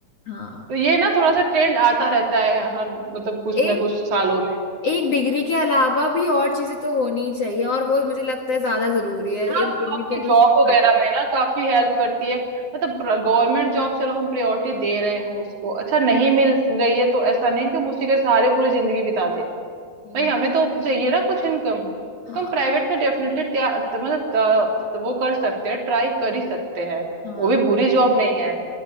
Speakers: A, on the left; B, on the right.
A: हाँ
B: तो ये ना थोड़ा सा ट्रेंड आता रहता है हर मतलब कुछ
A: एक
B: ना कुछ सालों में
A: एक डिग्री के अलावा भी और चीजें तो होनी ही चाहिए और वो मुझे लगता है ज्यादा जरूरी है
B: हाँ
A: एक
B: जो
A: डिग्री
B: आपके
A: तो
B: जॉब
A: बस
B: वगैरह
A: पड़ता
B: में
A: है।
B: ना काफी हेल्प करती है मतलब गवर्नमेंट जॉब चलो हम प्रायोरिटी दे रहे हो उसको अच्छा नहीं मिल रही है तो ऐसा नहीं है कि हम उसी के सहारे पूरी जिंदगी बिता दे
A: हम्म,
B: भाई हमें तो चाहिए ना कुछ इनकम तो
A: हाँ
B: हम प्राइवेट में डेफिनेटली तैयार मतलब त- त- वो कर सकते हैं ट्राई कर ही सकते हैं
A: हाँ
B: वो भी बुरी जॉब नहीं है